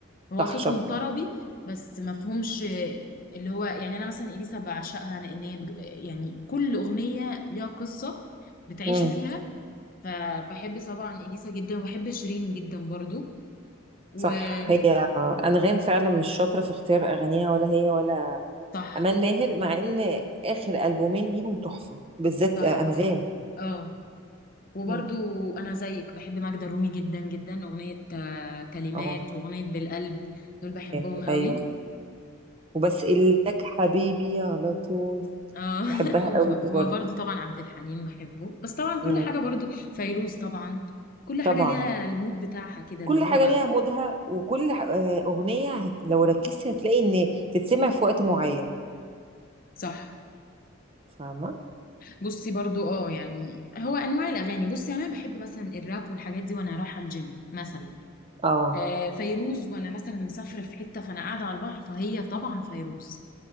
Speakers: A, on the left (about 45°); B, on the right (about 25°).
A: هو
B: صح
A: صوتهم
B: شاطرة
A: طربي بس مفهومش اللي هو يعني انا مثلا اليسا بعشقها لان هي بج- يعني كل اغنيه ليها قصه بتعيشي
B: امم
A: فيها فبحب طبعا اليسا جدا وبحب شيرين جدا برضو وصح
B: صح هي أنغام فعلا مش شاطرة في اختيار أغانيها ولا هي ولا
A: صح
B: أمال ماهر مع إن آخر ألبومين ليهم تحفة بالذات
A: صح
B: أنغام
A: اه وبرضو
B: مم.
A: انا زيك بحب ماجدة الرومي جدا جدا اغنيه آه، كلمات
B: اه
A: واغنيه بالقلب دول بحبهم
B: كانت-
A: قوي
B: أيوه وبس إلك حبيبي على طول
A: اه <laughs>
B: بحبها
A: وب-
B: قوي دي
A: وبرضه
B: برضه
A: طبعا عبد الحليم بحبه بس طبعا كل
B: مم.
A: حاجة برضه فيروز طبعا كل حاجة
B: طبعا
A: ليها المود بتاعها كده
B: كل
A: اللي هو
B: حاجة ليها مودها وكل ح- آه، أغنية هت- لو ركزتي هتلاقي إن تتسمع في وقت معين
A: صح
B: فاهمة؟
A: بصي برضه اه يعني هو انواع الاغاني بصي انا بحب مثلا الراب والحاجات دي وانا رايحة الجيم مثلا
B: اه
A: آه فيروز وانا مثلا مسافرة في حتة فانا قاعدة على البحر فهي طبعا فيروز